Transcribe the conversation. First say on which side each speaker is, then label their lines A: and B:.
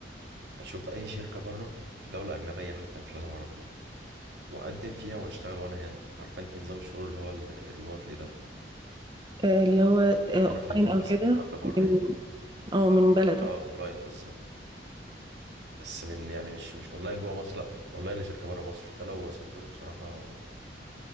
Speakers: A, on the right (about 75°); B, on the right (about 25°).
A: أشوف أي شركة بره في دولة أجنبية حتى مش لازم عربية واقدم فيها واشتغل وانا هنا عارفه انت نظام الشغل اللي هو الريموتلي ده
B: آه، اللي هو آه،
A: من وانا في البيت
B: اونلاين
A: بس
B: او كده
A: اشتغل بره
B: من
A: يعني.
B: اه من بلدك
A: اه اونلاين بالظبط بس من يعني مش مش اونلاين جوه مصر لا اونلاين لشركه بره مصر ده لو وصلت له بصراحه